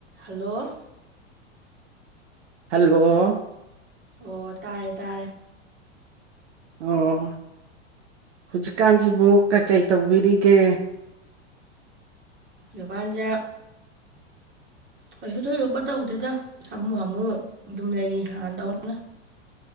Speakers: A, on the right; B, on the right.
A: hello
B: hello
A: ꯑꯣ ꯇꯥꯔꯦ ꯇꯥꯔꯦ
B: ꯑꯣ ꯍꯧꯖꯤꯛꯀꯥꯟꯁꯤꯕꯨ ꯀꯩꯀꯩ ꯇꯧꯕꯤꯔꯤꯒꯦ
A: ꯌꯀꯥꯟꯗ ꯀꯩꯁꯨ ꯊꯣꯏꯗꯣꯛꯄ ꯇꯧꯗꯦꯗ ꯍꯥꯃꯨ ꯍꯥꯃꯨ ꯑꯗꯨꯝ ꯂꯩꯔꯤ ꯍꯥꯟꯅ ꯇꯧꯅ